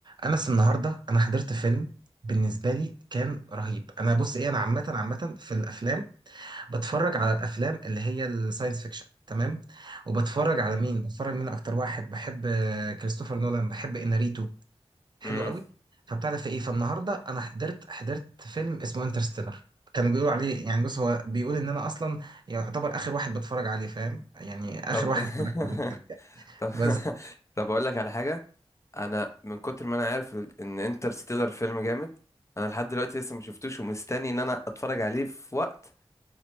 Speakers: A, on the right; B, on the left.
A: انس النهارده انا حضرت فيلم بالنسبه لي كان رهيب انا بص ايه انا عامه عامه في الافلام بتفرج على الافلام اللي هي الساينس فيكشن تمام وبتفرج على
B: مم.
A: مين بتفرج مين اكتر واحد بحب آه، كريستوفر نولان بحب اناريتو حلو
B: مم.
A: قوي فبتاع ده في ايه فالنهارده انا حضرت حضرت فيلم اسمه انترستيلر كانوا بيقولوا عليه يعني بص هو بيقول ان انا اصلا يعتبر اخر واحد بتفرج عليه فاهم يعني اخر
B: طب
A: واحد
B: <laughs>
A: اتفرجت عليه
B: طب <laughs>
A: بس
B: طب اقول لك على حاجه انا من كتر ما انا عارف ال- ان انترستيلر فيلم جامد انا لحد دلوقتي لسه ما شفتوش ومستني ان انا اتفرج عليه في وقت